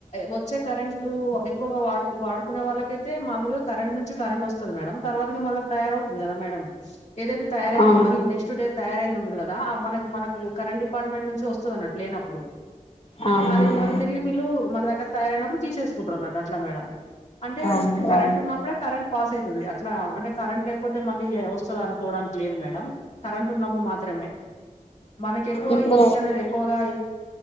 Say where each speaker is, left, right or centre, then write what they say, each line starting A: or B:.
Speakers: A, on the left; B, on the left.
A: వచ్చే కరెంట్లు ఎక్కువగా వాడు వాడుకునే వాళ్ళకైతే మా కరెంట్ నుంచి కరెంట్ వస్తుంది మేడం తర్వాతగా మళ్ళా తయారవుతుంది కదా మేడడం ఏదైతే తయారై
B: అవునా
A: ఉంది మళీ నెక్స్ట్డే తయారైంది ఉంటంది కదా మనకి మనకు కరెంట్ డిపార్ట్మెంట్ నుంచి వస్తుంది అన్నట్టు లేనప్పుడు
B: అవునండి
A: అది మళ్ళీ తిరిగి వీళ్ళు మన దగ్గర తయారయినప్పుడు తీసేసుకుంటు ఉన్నట్టు అట్లా మేడం అంటే
B: ఓకే
A: కరెంట్
B: ఓకే.
A: ఉన్నప్పుడే కరెంట్ పాస్ అవుతుంది అట్లా అంటే కరెంట్ లేకపోతే మళ్ళీ వస్తుంది అనుకోవడానికి లేదు మేడడం కరెంట్ ఉన్నప్పుడు మాత్రే మనకి ఎక్కువ
B: ఇప్పుడు
A: ఈయన్నిట్ల అనేది ఎక్కువగా